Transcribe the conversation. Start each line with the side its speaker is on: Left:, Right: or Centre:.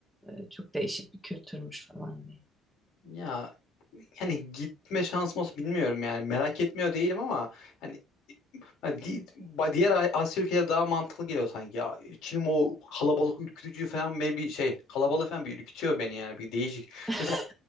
Centre: Ee, çok değişik bir kültürmüş falan diye.
Left: ya yani gitme şansım olsa bilmiyorum yani merak etmiyor değilim ama hani Ha, di- ba- Diğer A- Asya ülkeleri daha mantıklı geliyor sanki. Ya, Çin'in o kalabalık ürkütücü falan beni bir şey kalabalık falan bir ürkütüyor beni yani bir değişik.
Centre: <laughs>
Left: Mesela